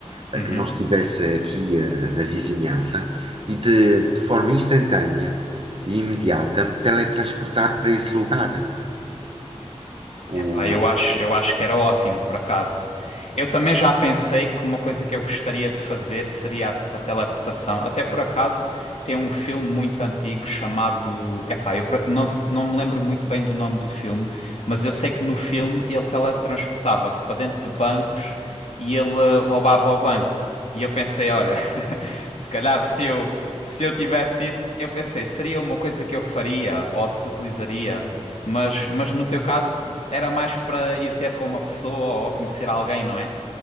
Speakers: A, on the right; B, on the left.
A: a
B: Uhum.
A: que não estivesse aqui eh, na vizinhança e de, de forma instantânea e imediata me teletransportar para esse lugar. O,
B: Epá, eu acho, eu acho que era ótimo, por acaso. Eu também já pensei que uma coisa que eu gostaria de fazer seria a, a teleportação. Até por acaso tem um filme muito antigo chamado. Epá, eu por- não, se- não me lembro muito bem do nome do filme, mas eu sei que no filme ele teletransportava-se para dentro de bancos e ele eh, roubava o banco. E eu pensei, olha, <laughs> se calhar se eu, se eu tivesse isso, eu pensei, seria uma coisa que eu faria ou se utilizaria, mas, mas no teu caso era mais para ir ter com uma pessoa ou conhecer alguém, não é?